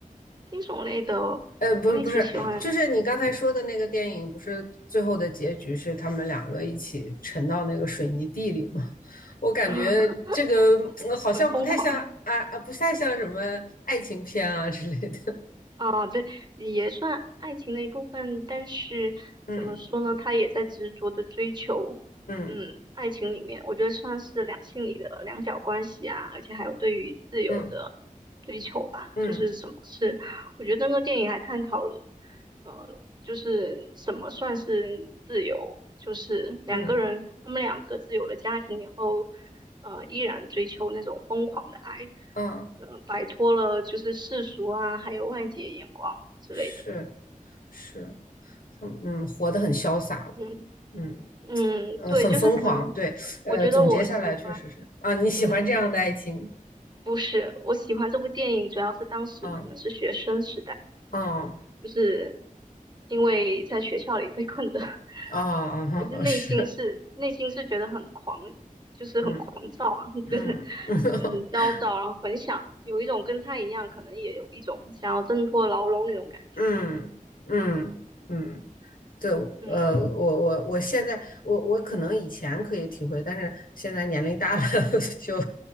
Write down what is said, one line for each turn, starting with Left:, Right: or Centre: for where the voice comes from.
Right: 惊悚类的我也挺喜欢的，
Left: 呃，不是不是，就是你刚才说的那个电影，不是最后的结局是他们两个一起沉到那个水泥地里吗？我感觉这个呃好像不太像啊啊，
Right: <laughs> 很疯狂。
Left: 不太像什么爱情片啊之类的。<laughs>
Right: 啊，对，也算爱情的一部分，但是怎么说呢，
Left: 嗯
Right: 他也在执着的追求，
Left: 嗯
Right: 嗯，爱情里面，我觉得算是两性里的两角关系啊，而且还有对于自由的追求吧，
Left: 嗯嗯
Right: 就是什么是，我觉得那个电影还探讨了，呃，就是什么算是自由，就是两个人，
Left: 嗯
Right: 他们两个自有了家庭以后，呃，依然追求那种疯狂的爱。
Left: 嗯，
Right: 嗯，摆脱了就是世俗啊，还有外界眼光之类的。
Left: 是是，他们嗯活得很潇洒了，
Right: 嗯
Left: 嗯
Right: 嗯，
Left: 呃很疯狂，
Right: 对，就是可能，
Left: 对，呃总结下来确实是啊，
Right: 我觉得我喜欢，
Left: 你喜欢这样的爱情
Right: 对对对，不是，我喜欢这部电影，主要是当时可能是学生时代，
Left: 啊啊
Right: 就是因为在学校里被困的，<laughs>
Left: 啊啊，
Right: 就是内心是内心是觉得很狂，
Left: 哦是。
Right: 就是很狂躁啊，
Left: 嗯
Right: <laughs> 就是
Left: 嗯嗯
Right: 呃很焦躁，
Left: <laughs>
Right: 然后很想有一种跟他一样，可能也有一种想要挣脱牢笼那种感觉。
Left: 嗯嗯嗯，对，
Right: 嗯。
Left: 呃，我我我现在我我可能以前可以体会，但是现在年龄大了 <laughs> 就，